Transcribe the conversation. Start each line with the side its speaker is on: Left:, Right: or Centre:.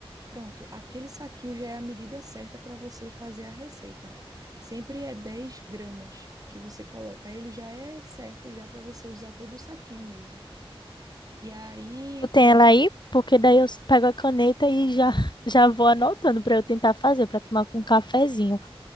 Right: pronto, aquele saquinho já é a medida certa para você fazer a receita. Sempre é 10 gramas que você coloca, aí ele já é certo já para você usar todo o saquinho mesmo. E aí,
Left: Tu tem
Right: é,
Left: ela aí? Porque daí eu s- pego a caneta e já, <laughs> já vou anotando para eu tentar fazer, para tomar com um cafezinho.